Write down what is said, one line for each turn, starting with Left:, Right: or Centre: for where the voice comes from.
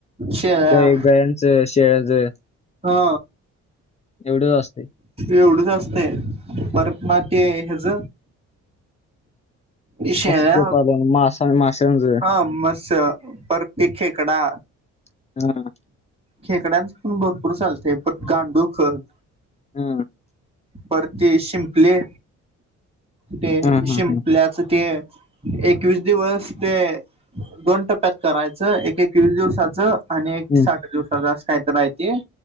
Right: शेळ्या
Left: काय <unintelligible>
Right: हा
Left: एवढ असत.
Right: एवढच असतेय. परत मग ते हे हयाच. शेळ्या
Left: मत्स्यपालन मासा मासायच.
Right: हा. मस्स प्रत्ये खेकडा.
Left: हा
Right: खेकड्याच पण भरपूर चालते. परत गांडुळ खत
Left: हा.
Right: परत ते शिंपले. ते
Left: हा हा
Right: शिंपल्याच
Left: हा
Right: ते एकवीस दिवस ते दोन टप्प्यात करायच. एक एक वीस दिवसाच आणि एक
Left: हम्म
Right: साठ. दिवसा जास्त काय तर राहती.